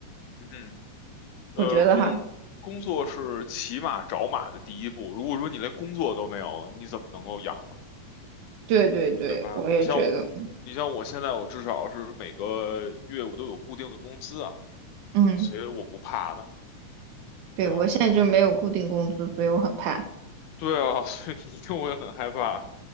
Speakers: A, on the left; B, on the right.
A: 嗯哼，呃，
B: 我觉得哈。
A: 工工作是骑马找马的第一步。如果说你连工作都没有，你怎么能够养活，
B: 对对对，
A: 对吧？
B: 我也觉得，
A: 像我，你像我现在，我至少是每个月我都有固定的工资啊，
B: 嗯，
A: 所以我不怕的，
B: 对，
A: 对吧？
B: 我现在就没有固定工资，
A: 对
B: 所以我很怕。
A: 对啊，<laughs> 所以你一定会很害怕。